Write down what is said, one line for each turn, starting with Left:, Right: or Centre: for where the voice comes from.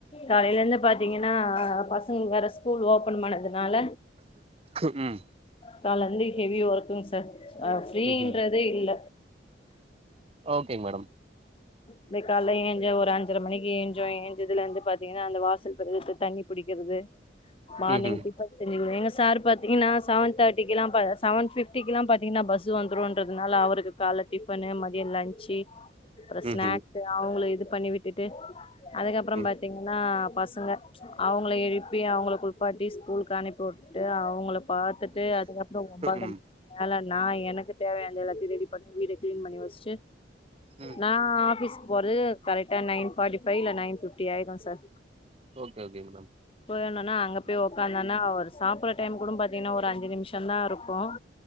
Left: காலைல இருந்து பாத்தீங்கனா பசங்களுக்கு வேற ஸ்கூல் ஓபன் பண்ணதுனால
Right: ம்
Left: கால்ல இருந்து ஹெஃவி ஒர்க்குங் சார் ஃப்ரீன்றதே
Right: ம்ஹும்
Left: இல்ல
Right: ஓகேங் மேடம்
Left: அபே கால்ல ஏஞ்சா ஒரு அஞ்சர மணிக்கு ஏ ஞ்சோ ஏஞ்சதுல இருந்து பாத்தீங்கன்னா அந்த வாசல் பெருக்கறது தண்ணி புடிக்கிறது மார்னிங்
Right: ம்ஹும்
Left: டி ஃபன் செஞ்சு குடு எங்க சார் பாத்தீங்கன்னா செவன் தேர்ட்டிக்கிலா பா செவன் ஃபிஃப்டிக்கிலா பாத்தீங்கன்னா பஸ் ஸு வந்துருன்றதுனால அவுருக்கு கால்ல டிஃபனு ம தியோ லன்ச்சு அப்றோ ஸ்நாக்கு
Right: ம்ஹும்
Left: அவுங்கல இது பண்ணி விட்டுட்டு அதுக்கப்புறோ
Right: ம்
Left: பாத்தீங்கன்னா பசங்க அவுங்கள எழுப்பி அவுங்கல குளிப்பாட்டி ஸ்கூலுக்கு அனுப்பி உட் டு அவுங்கள பாத்துட்டு அதுக்கப்றோ ஒம்போதர
Right: ம்
Left: மேல நா எனக்கு தேவையானத எல்லாத்தையு ரெடி பண்ணி வீட கிளீன் பண்ணி வச்சுட்டு
Right: ம்
Left: நா ஆஃபீஸ்கு போறது கரெக்ட்டா நைன் ஃபார்ட்டி ஃபைவ் இல்லனா நைன் ஃபிஃப்டி ஆய்டு சார்
Right: ஓகே ஓகேங் மேடம்
Left: போய் வந்தனா அங்க போய் உக்காந்தனா அவர் சாப்பற டைம் கூட பாத்தீங்கன்னா ஒரு அஞ்சு நிம்ஷோ தா இருக்கு